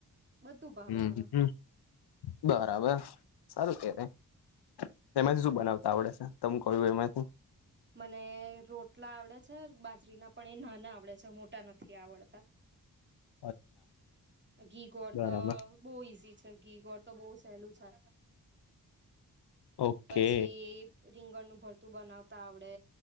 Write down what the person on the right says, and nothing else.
બધું ભાવે
મને.
મને રોટલા આવડે છે બાજરીના પણ એ નાના આવડે છે, મોટા નથી આવડતા.
ઘી, ગોળ
તો બો ઈઝી છે. ઘી, ગોળ તો બો સહેલું છે.
પછી રીંગણનું ભરતું બનાવતા આવડે.